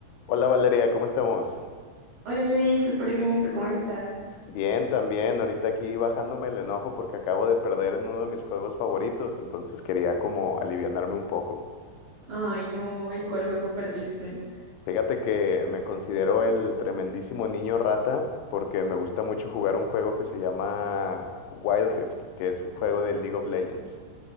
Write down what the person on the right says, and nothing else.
Hola Luis, súper bien, ¿y tú cómo estás?
Ay, no, ¿en cuál juego perdiste?